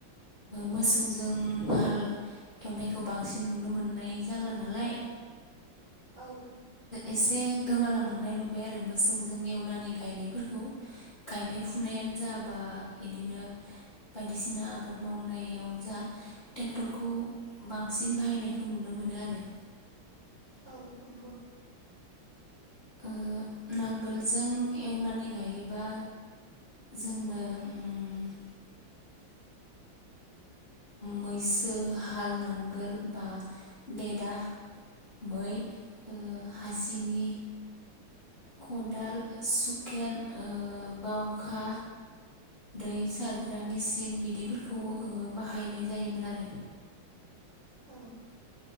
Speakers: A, on the left; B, on the right.
A: मोसौजों हाल एवनायखौ बांसिन नुनो मोननाय जाल्ला नालाय
B: औ
A: एसे गोमालांनाय नुबाय आरो मोसौजों एवनानै गायनायफोरखौ गायनाय फुनायानो जा बा बिदिनो बायदिसिना आबाद मावनायावनो जा टेक्टरखौ बांसिन बाहायनायखौ नुनो मोनो आरो
B: औ नंगौ
A: ओ नांगोलजों एवनानै गायोबा जोंनो उम मैसो हाल नांगोल बा बेदा मै ओ हासिनि खदाल सुखेन ओ बावखा दै सारग्रा मेचिन बिदिफोरखौ ओ बाहायनाय जायोमोन आरो
B: औ